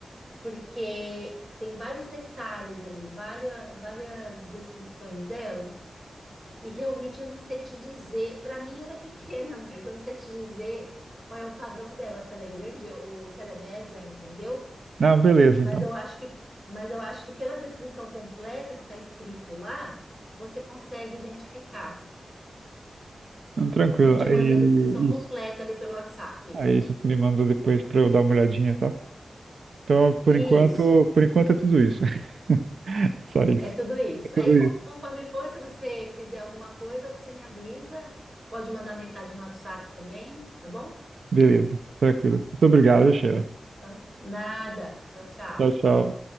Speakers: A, on the right; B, on the right.
A: porque tem vários detalhes ali, várias, várias descrições dela, E realmente eu não sei te dizer. Para mim ela é pequena, <laughs> mas eu não sei te dizer qual é o padrão dela, se ela é grande ou se ela é média, entendeu?
B: Não, beleza,
A: Mas
B: então.
A: eu acho que, mas eu acho que pela descrição completa que está escrito lá, você consegue identificar.
B: Não, tranquilo.
A: Eu te mando
B: Aí,
A: a descrição completa
B: isso.
A: ali pelo WhatsApp.
B: Aí você me manda depois pra eu dar uma olhadinha, tá? Então, por
A: Isso,
B: enquanto, por enquanto é tudo isso. <laughs> Só isso.
A: é tudo isso.
B: É tudo
A: Aí, co-
B: isso.
A: conforme for, se você quiser alguma coisa, você me avisa. Pode mandar mensagem no WhatsApp também, tá bom?
B: Beleza, tranquilo. Muito obrigado, Sheila.
A: Então, nada. Tchau, tchau.
B: Tchau, tchau.